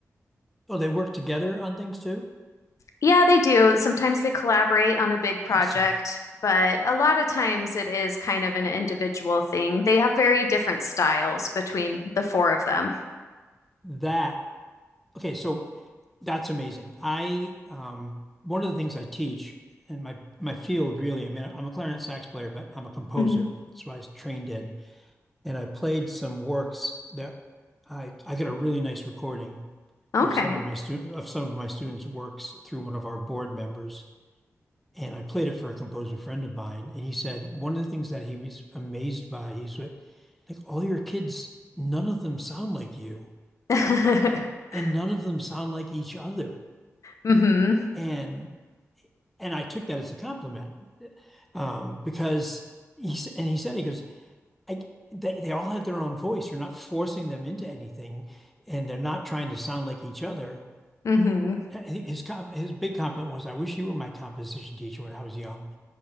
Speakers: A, in the centre; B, on the left (about 70°).
A: Oh, they work together on things too?
B: Yeah, they do. Sometimes they collaborate on a big project,
A: Awesome.
B: but a lot of times it is kind of an individual thing. They have very different styles between the four of them.
A: That, okay, so that's amazing. I um one of the things I teach in my my field really, I mean, I'm a clarinet sax player, but I'm a composer.
B: hmm
A: That's what I was trained in. And I played some works that I I got a really nice recording
B: Okay.
A: of some of my student of some of my students' works through one of our board members. And I played it for a composer friend of mine, and he said one of the things that he was amazed by, he's like, like, all your kids, none of them sound like you.
B: <laughs>
A: and none of them sound like each other.
B: hmm
A: And and I took that as a compliment um, because he s- and he said he goes I, they they all have their own voice. You're not forcing them into anything, and they're not trying to sound like each other.
B: hmm
A: His com- his big compliment was, "I wish you were my composition teacher when I was young."